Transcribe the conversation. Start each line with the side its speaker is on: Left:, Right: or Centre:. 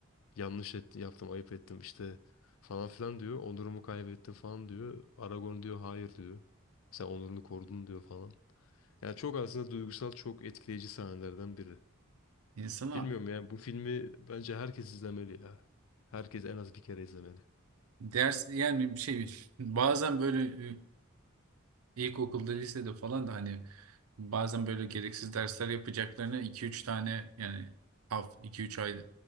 Left: Yanlış ettim, yaptım, ayıp ettim işte falan filan diyor. Onurumu kaybettim falan diyor. Aragorn diyor hayır diyor. Sen onurunu korudun diyor falan. Yani çok aslında duygusal, çok etkileyici sahnelerden biri.
Right: İnsana
Left: Bilmiyorum ya bu filmi bence herkes izlemeli ya. Herkes en az bir kere izlemeli.
Right: ders yani bir şey <laughs> bazen böyle e, ilkokulda lisede falan da hani bazen böyle gereksiz dersler yapacaklarına iki üç tane yani haf iki üç ay